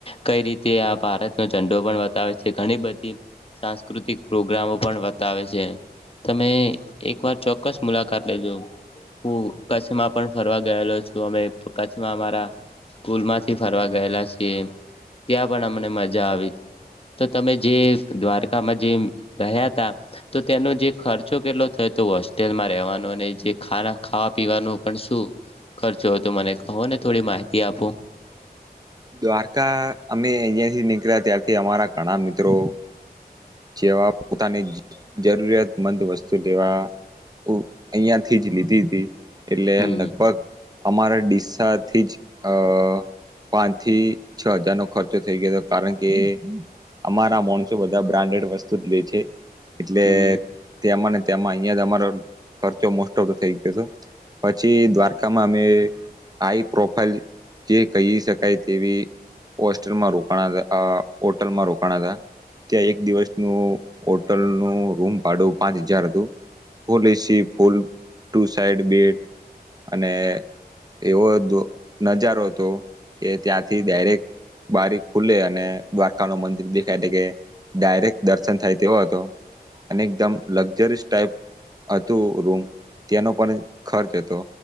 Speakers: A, on the left (about 35°); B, on the right (about 25°).
A: કઈ રીતે આ ભારતનો ઝંડો પણ બતાવે છે ઘણી બધી સાંસ્કૃતિક પ્રોગ્રામો પણ વતાવે છે. તમે એક વાર ચોક્કસ મુલાકાત લેજો હું કચ્છમાં પણ ફરવા ગયેલો છું અમે કચ્છમાં અમારા સ્કૂલમાંથી ફરવા ગયેલા છીએ. ત્યાં પણ અમને મજા આવી તો તમે જે દ્વારકામાં જે રહ્યા ત તો તેનો જે ખર્ચો કેટલો થ તો હોસ્ટેલમાં રહેવાનું જે ખાવા પીવાનું પણ શું ખર્ચો હોય તો મને કો ને થોડી માહિતી આપો
B: દ્વારકા અમે અહિયાં થી નીકળ્યા ત્યારથી અમારા ઘણા મિત ત્રો જેવા પોતાની જરૂરિયાતમંદ વસ તુ દવા અય્યાથી જ લીધી હતી એટલે
A: હમ
B: લગભગ અમારા ડીસ્સાથી જ અ પાંચ થી છ હજાર નો ખર્ચો થઈ ગયો હતો કારણ કે અમારા માણસો બધા બ્રાન્ડેડ વસ્તુ જ લે છે એટલે
A: હમ
B: તે અમને તેમાં અહિયાં જ અમારો ખર્ચો મોસ્ટ ઓફ થઈ ગયો પછી દ્વારકામાં અમે આઈ પ્રોફાઈલ જે કહી શકાય તેવી હોસ્ટેલમાં રોકાણ હોટલમાં રોકાણ હતા ત્યાં એક દિવસનું હોટલનું રૂમ ભાડું પાંચ હજાર હતું full AC full two side bed અને એવો નજારો હતો કે ત્યાંથી ડાયરેક બારી ખુલે અને દ્વારકા નું મંદિર દેખાય એટલે કે ડાયરેક્ટ દર્શન થાય તેવો હતો અને એકદમ લક્ઝરીસ ટાઈપ હતું રૂમ ત્યાનો પણ ખર્ચ હતો